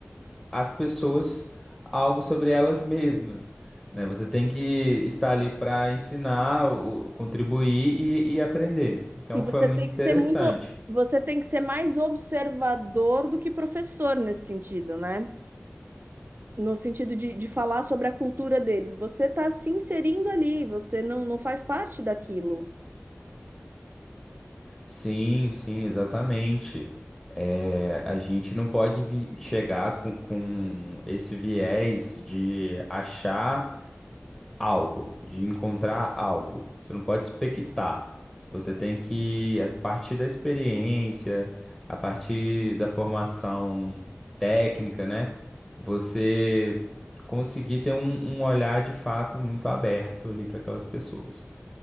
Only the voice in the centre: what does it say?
as pessoas algo sobre elas mesmas, né? Você tem que estar ali para ensinar, o- contribuir e, e aprender. Então
foi muito
interessante.
Sim, sim, exatamente. É, a gente não pode vi- chegar com, com esse viés de achar algo, de encontrar algo. Você não pode expectar. Você tem que, a partir da experiência, a partir da formação técnica, né? Você conseguir ter um, um olhar de fato muito aberto ali para aquelas pessoas.